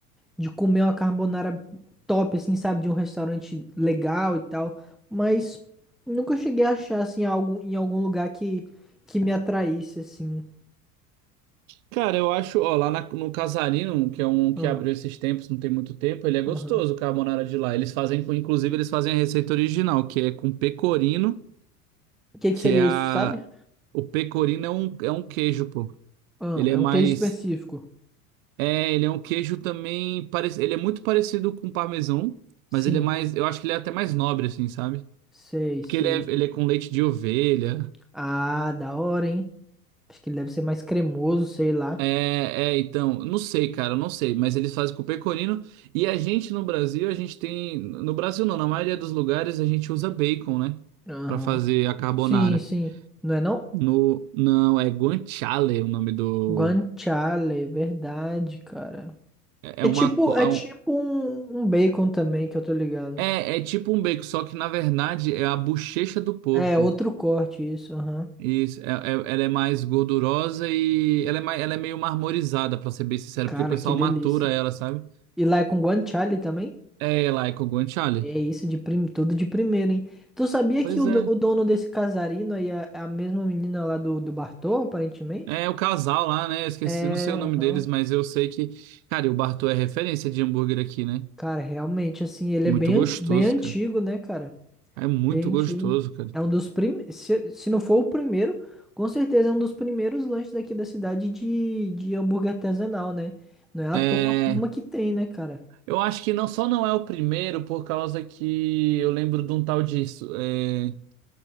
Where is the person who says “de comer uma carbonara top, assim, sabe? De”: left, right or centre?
Centre